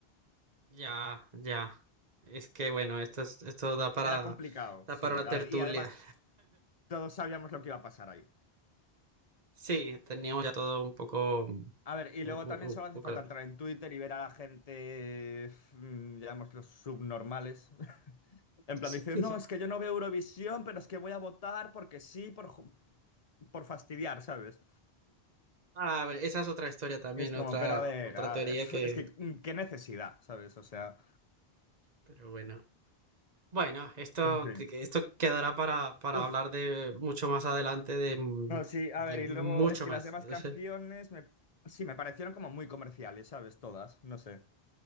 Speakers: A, on the right (about 40°); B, on the left (about 40°).
A: Ya, ya. Es que bueno, esto es, esto da para,
B: era complicado,
A: da
B: sí.
A: para una
B: A
A: tertulia.
B: ver, y además todos sabíamos lo que iba a pasar ahí.
A: Sí, teníamos ya todo un poco, un,
B: A ver, y
A: un-
B: luego también
A: un
B: solo hace
A: poco
B: falta
A: la...
B: entrar en Twitter y ver a la gente, mm, digamos, los subnormales. <laughs>
A: <laughs>
B: En plan, dicen, no, es que yo no veo Eurovisión, pero es que voy a votar porque sí, por, ju- por fastidiar, ¿sabes?
A: Ah, bueno, esa es otra historia también,
B: Y es como,
A: otra,
B: pero a ver,
A: otra
B: a-
A: teoría
B: <laughs>
A: que,
B: es que mm, qué necesidad, ¿sabes? O sea,
A: pero bueno. Bueno, esto,
B: en fin.
A: esto quedará para, para
B: Uf,
A: hablar de mucho más adelante, de, m-
B: no, sí, a
A: de
B: ver,
A: mucho
B: y luego es que
A: más.
B: las demás
A: <laughs>
B: canciones me, sí, me parecieron como muy comerciales, ¿sabes? Todas, no sé.